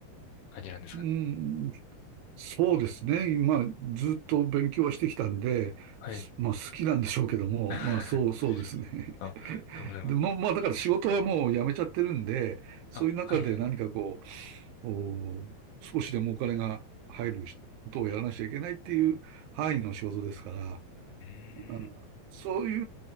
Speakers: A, on the left; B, on the right.
A: 感じなんですかね。
B: うんそうですね。今、ずっと勉強はしてきたんで、
A: はい。
B: すまあ好きなんでしょうけども、
A: <laughs>
B: まあそう、そうですね。
A: あ、
B: <laughs>
A: な
B: で、まあ、まあだから仕事はもう辞めちゃってるんで、そういう中で何かこ
A: あ、はいはい。
B: う、お少しでもお金が入ることをやらなきゃいけないっていう範囲の仕事ですから、
A: うーん。
B: あそうい